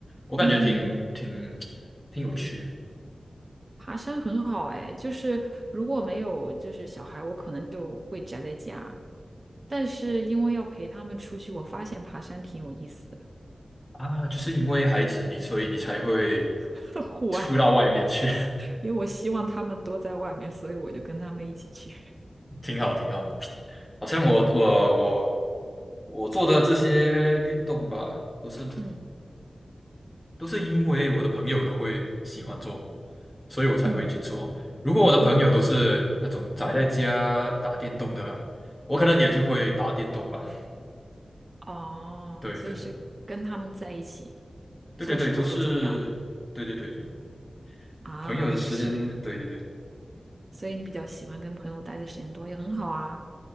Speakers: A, on the left; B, on the right.
A: 我感觉挺挺
B: 嗯，
A: 挺有趣的
B: 爬山很好哎，就是如果没有就是小孩，我可能就会宅在家。但是因为要陪他们出去，我发现爬山挺有意思的，
A: 啊，就是因为孩子你所以你才会
B: <laughs> 户外，
A: 出到外面去，
B: 因为我希望他们多在外面，所以我就跟他们一起去。
A: <laughs> 挺好挺好好像我我我我做的这些运动吧，都是
B: 嗯
A: 都是因为我的朋友都会喜欢做，所以我才会去做。
B: 嗯
A: 如果我的朋友都是那种宅在家打电动的，
B: 嗯，
A: 我可能也就会打电动吧。
B: 哦，
A: <laughs> 对对对，
B: 所以是跟他们在一起，
A: 对对对，
B: 做什么不重要
A: 都是，对对对对，
B: 啊，
A: 朋友的时间，
B: 是，
A: 对对对，
B: 所以你比较喜欢跟朋友待的时间多，也很好啊，